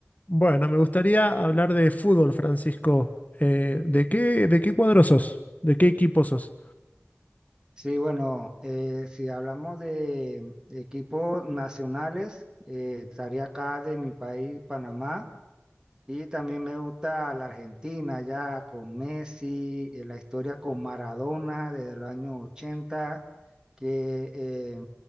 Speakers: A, on the left; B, on the right.
A: Bueno, me gustaría hablar de fútbol, Francisco. Eh, ¿de qué, de qué cuadro sos? ¿De qué equipo sos?
B: Sí, bueno, eh, si hablamos de equipos nacionales, eh, estaría acá de mi país, Panamá. Y también me gusta la Argentina, ya con Messi, eh, la historia con Maradona desde el año 80 que eh,